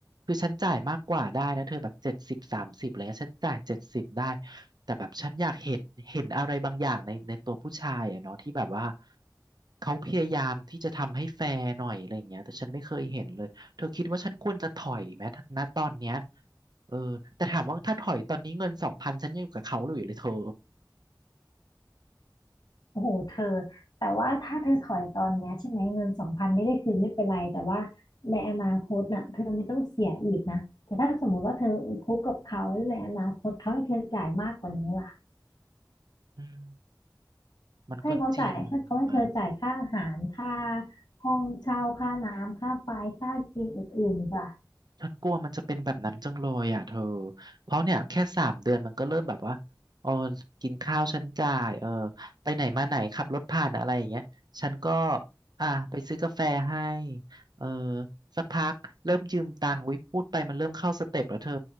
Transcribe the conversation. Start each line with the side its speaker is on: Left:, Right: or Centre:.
Right: คือฉันจ่ายมากกว่าได้นะเธอแบบเจ็ดสิบสามสิบอะไรเงี้ยฉันจ่ายเจ็ดสิบได้ แต่แบบฉันอยากเห็นเห็นอะไรบางอย่างในในตัวผู้ชายอ่ะเนาะที่แบบว่าเขาพยายามที่จะทำให้แฟร์หน่อยอะไรเงี้ยแต่ฉันไม่เคยเห็นเลยเธอคิดว่าฉันควรจะถอยไหมณตอนเนี้ยเออแต่ถามว่าถ้าถอยตอนนี้เงินสองพันฉันยังอยู่กับเขาอยู่เลยเธอ
Left: โอ้โหเธอแต่ว่าถ้าเธอถอยตอนเนี้ยใช่ไหมเงินสองพันไม่ได้คืนไม่เป็นไรแต่ว่าในอนาคตน่ะเธอไม่ต้องเสียอีกนะแต่ถ้าสมมติว่าเธอคบกับเขาหรือในอนาคตเขาให้เธอจ่ายมากกว่านี้ล่ะ
Right: อืมมันก็จริง
Left: ให้เขาจ่ายให้เขาให้เธอจ่ายค่าอาหารค่า
Right: นะ
Left: ห้องเช่าค่าน้ำค่าไฟค่ากินอื่นๆดีกว่า
Right: ฉันกลัวมันจะเป็นแบบนั้นจังเลยอ่ะเธอเพราะเนี่ยแค่สามเดือนมันก็เริ่มแบบว่าเออกินข้าวฉันจ่ายเออไปไหนมาไหนขับรถผ่านอะไรอย่างเงี้ยฉันก็อ่ะไปซื้อกาแฟให้เออสักพักเริ่มยืมตังค์วิพูดไปมันเริ่มเข้าสเต็ปแล้วเธอ